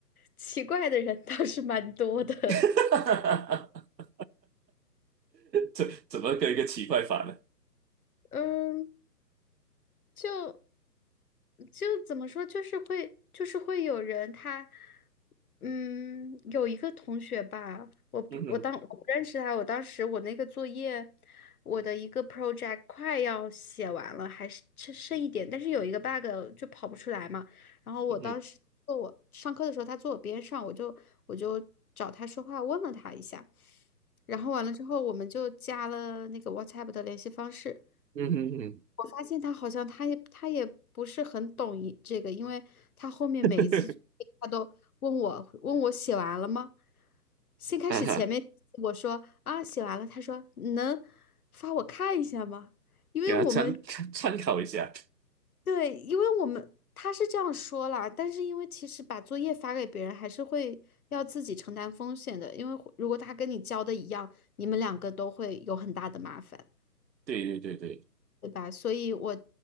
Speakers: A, on the left; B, on the right.
A: 奇怪的人倒是蛮多的。
B: <laughs> 这怎么个一个奇怪法呢？
A: <laughs> 嗯，就就怎么说，就是会，就是会有人他，嗯，有一个同学吧，我不，
B: 嗯哼，
A: 我当我不认识他，我当时我那个作业，我的一个 project 快要写完了，还是剩剩一点，但是有一个 bug 就跑不出来嘛。然后我当时坐我上课的时候，
B: 嗯哼，
A: 他坐我边上，我就我就找他说话，问了他一下，然后完了之后，我们就加了那个 WhatsApp 的联系方式。
B: 嗯哼嗯
A: 我发现他好像他也他也不是很懂一这个，因为他后面每一次作业他都问我问我写完了吗？
B: 哼，
A: 先开始前面我说啊写完了，
B: <laughs> 哈哈，
A: 他说能发我看一下吗？因为我们
B: 给他参参考一下。
A: 对，因为我们他是这样说啦，但是因为其实把作业发给别人还是会要自己承担风险的，因为如果他跟你交的一样，你们两个都会有很大的麻烦。
B: 对对对对，
A: 对吧？所以我